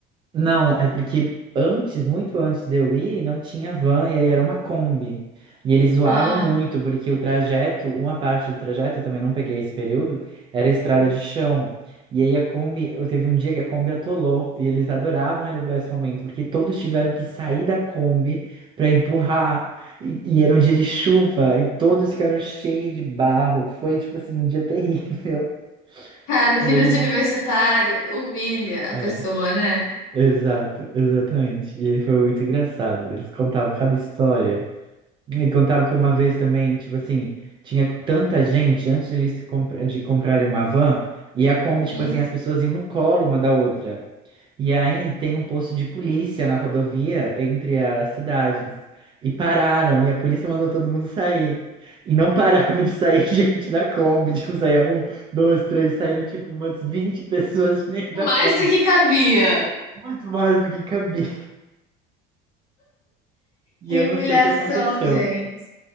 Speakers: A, on the right; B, on the left.
A: Não, é porque antes, muito antes de eu ir, não tinha van e aí era uma Kombi. E eles zoavam
B: Ah,
A: muito, porque o trajeto, uma parte do trajeto, eu também não peguei esse período, era estrada de chão. E aí a Kombi, eu teve um dia que a Kombi atolou, e eles adoravam relembrar esse momento, porque todos tiveram que sair da Kombi para empurrar. E, e era um dia de chuva, e todos ficaram cheios de barro. Foi tipo assim, um dia terrível. <laughs>
B: cara, vida
A: E eles.
B: de universitário humilha a
A: É.
B: pessoa, né?
A: Exato, exatamente. E aí foi muito engraçado. Eles contavam cada história. E contavam que uma vez também, tipo assim, tinha tanta gente antes de eles compra- de comprarem uma van, e a Kombi, tipo
B: Uhum.
A: assim, as pessoas iam no colo uma da outra. E aí tem um posto de polícia na rodovia entre as cidades. E pararam, e a polícia mandou todo mundo sair. E não <laughs> parava de sair <laughs> gente da Kombi. Tipo, saía um, dois, três, saíram tipo umas 20 pessoas <laughs> dentro da
B: Mais
A: Kombi.
B: do que cabia.
A: Muito mais do que cabia. E
B: Que
A: eu
B: humilhação,
A: não sei o que aconteceu.
B: gente.